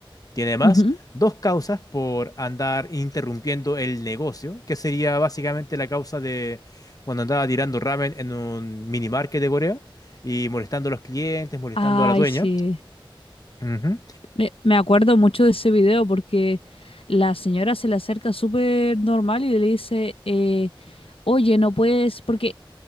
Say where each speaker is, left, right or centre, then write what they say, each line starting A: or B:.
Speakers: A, on the left; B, on the left.
A: Tiene además
B: Ujú.
A: dos causas por andar interrumpiendo el negocio, que sería básicamente la causa de cuando andaba tirando ramen en un mini market de Corea y molestando a los clientes, molestando
B: Ay,
A: a la dueña.
B: sí.
A: Ujú,
B: Me, me acuerdo mucho de ese video porque la señora se le acerca súper normal y le dice, eh, oye, no puedes, porque